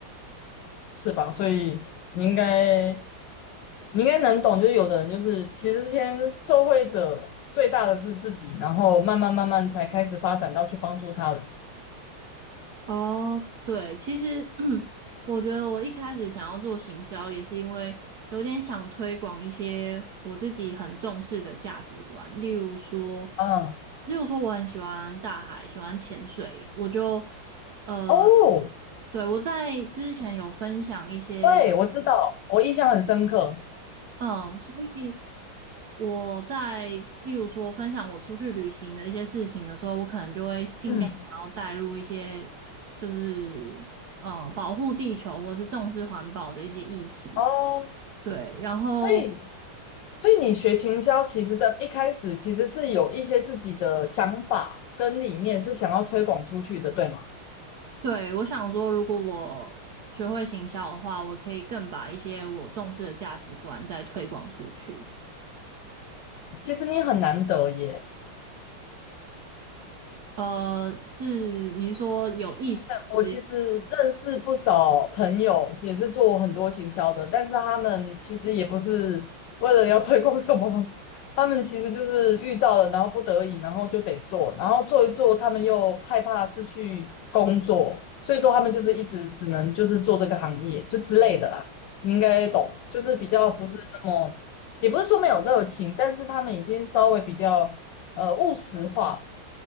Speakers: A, on the left; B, on the right.
A: 是吧？所以你应该你应该能懂，就是有的人就是其实先受惠者最大的是自己，然后慢慢慢慢才开始发展到去帮助他人。
B: 哦，对，其实 <clears throat> 我觉得我一开始想要做行销，也是因为有点想推广一些我自己很重视的价值观，例如说，
A: 嗯，
B: 例如说我很喜欢大海，喜欢潜水，我就呃，
A: 哦，
B: 对，我在之前有分享一些
A: 对，我知道，我印象很深刻。
B: 嗯，所以我在例如说分享我出去旅行的一些事情的时候，我可能就会尽量想要带入一些就是嗯，
A: 嗯，
B: 保护地球或是重视环保的一些议题。
A: 哦，
B: 对，然后
A: 所以所以你学行销，其实的一开始其实是有一些自己的想法跟理念是想要推广出去的，对吗？
B: 对我想说，如果我学会行销的话，我可以更把一些我重视的价值观再推广出去。
A: 其实你很难得耶。
B: 呃，是你是说有意识的？
A: 我其实认识不少朋友，也是做很多行销的，但是他们其实也不是为了要推广什么，他们其实就是遇到了，然后不得已，然后就得做，然后做一做，他们又害怕失去工作，所以说他们就是一直只能就是做这个行业就之类的啦，你应该懂，就是比较不是那么，也不是说没有热情，但是他们已经稍微比较呃务实化。